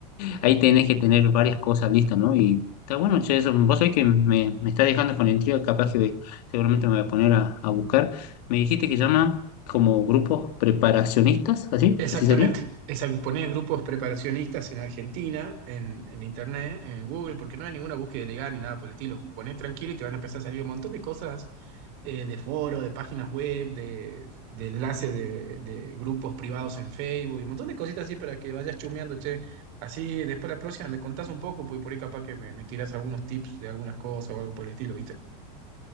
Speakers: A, on the left; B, on the right.
A: Ahí tenés que tener varias cosas listas, ¿no? Y está bueno, che, eso. Vos sabés que me, me está dejando con intriga, capaz que seguramente me voy a poner a, a buscar. Me dijiste que llaman como grupos preparacionistas, ¿así?
B: Exactamente,
A: ¿Así sería?
B: exacto. Ponés grupos preparacionistas en Argentina, en, en Internet, en Google, porque no hay ninguna búsqueda ilegal ni nada por el estilo. Ponés tranquilo y te van a empezar a salir un montón de cosas eh, de foro, de páginas web, de, de enlaces de, de grupos privados en Facebook y un montón de cositas así para que vayas chumeando, che. Así después la próxima me contás un poco, porque por ahí capaz que me, me tirás algunos tips de algunas cosas o algo por el estilo, ¿viste?